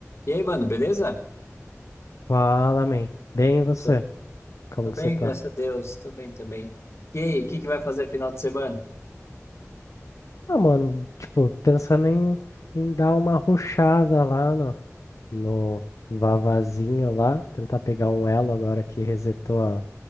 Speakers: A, on the left; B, on the left.
A: E aí, mano, beleza?
B: Fala, man. Bem, e você?
A: Sou-
B: Como
A: Tô
B: que
A: bem,
B: você tá?
A: graças a Deus. Tô bem também. E aí, o que que vai fazer final de semana?
B: Ah, mano, tipo, pensando em, em dar uma rushada lá no, no Vavazinho lá, tentar pegar um elo agora que resetou a,